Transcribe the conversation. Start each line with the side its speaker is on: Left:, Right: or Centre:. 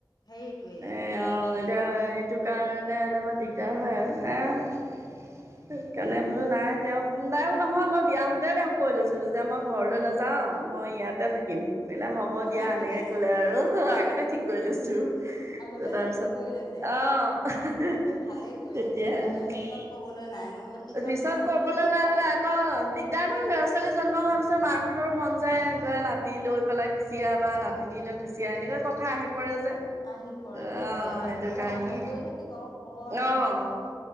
Left: হেৰিটোৱেই
Right: এ অ', এতিয়া এইটো কাৰণে এনে মোৰ দিগদাৰ হয় আৰু এ
Left: <inaudible>
Right: সেইকাৰণে বোলো নাই তেওঁক নাইয়ো নহয় মই বিয়া হওঁতে তেওঁক কৈ লৈছিলোঁ যে মই ঘৰলৈ নাযাওঁ, মই ইয়াত তে থাকিম, বোলে হ'ব দিয়া
Left: আগতে
Right: এনেকে ক'লে আৰু আগতে ঠিক কৰি লৈছো। যে
Left: আগতে চুক্তি
Right: তাৰপিছত
Left: কৰি লৈছে
Right: অ', তেতিয়াই
Left: ভালেই কৰিছে
Right: আৰু।
Left: নহ'লে পিছত ক'বলৈ নাই নহ'লে
Right: পিছত
Left: আমনি
Right: ক'বলে
Left: কৰি থাকিব
Right: নাই মানে আকৌ দিগদাৰ নহয় ল'ৰা -ছোৱালী জন্ম হোৱাৰ পিছত মাকহঁতৰো মন যায় নাতি লৈ পেলাই গুচি আহ বা নাতি তিনি লৈ গুচি আহ, এনেকোৱা কথা আহি পৰে যে।
Left: আহি
Right: অ'
Left: পৰে সেইটোয়ে আৰু
Right: সেইটো
Left: পিছত
Right: কাৰণে
Left: আমনি কৰি থাকিব ক'ব নোযোৱা
Right: অ'
Left: নকওঁ।